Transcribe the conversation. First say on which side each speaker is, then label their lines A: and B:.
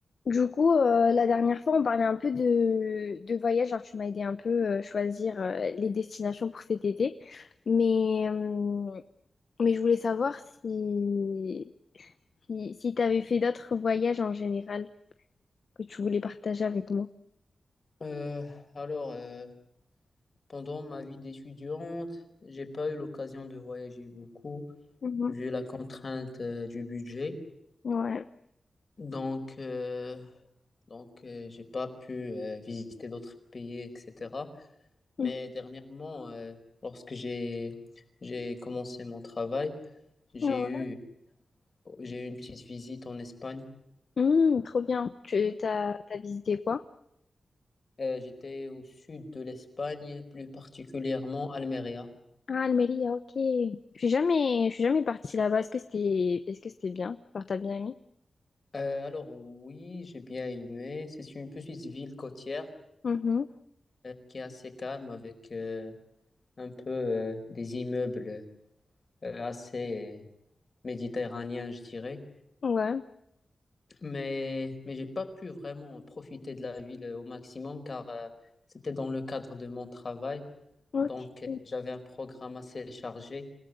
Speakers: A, on the left; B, on the left.
A: Du coup, euh, la dernière fois, on parlait un peu de, de voyage. Genre, tu m'as aidé un peu euh, choisir euh, les destinations pour cet été. Mais, euh, mais je voulais savoir si, si, si tu avais fait d'autres voyages en général que tu voulais partager avec moi.
B: Euh, alors, euh, pendant ma vie d'étudiante, j'ai pas eu l'occasion de voyager beaucoup
A: Mhm.
B: vu la contrainte euh, du budget.
A: Ouais.
B: Donc, euh, donc euh, j'ai pas pu euh, visiter d'autres pays, etc. Mais
A: Mhm.
B: dernièrement, euh, lorsque j'ai j'ai commencé mon travail, j'ai
A: Ouais.
B: eu j'ai eu une petite visite en Espagne.
A: Hum, trop bien. Tu t'as, t'as visité quoi?
B: Euh, j'étais au sud de l'Espagne, plus particulièrement Almeria.
A: Ah, Almeria, ok. Je suis jamais, je suis jamais partie là-bas. Est-ce que c'était, est-ce que c'était bien? Genre, t'as bien aimé?
B: Euh, alors oui, j'ai bien aimé. C'est une petite ville côtière
A: Mhm.
B: euh, qui est assez calme avec euh, un peu euh, des immeubles euh, assez euh, méditerranéens, je dirais.
A: Ouais.
B: Mais mais j'ai pas pu vraiment profiter de la ville au maximum car euh, c'était dans le cadre de mon travail.
A: Ok.
B: Donc euh, j'avais un programme assez chargé.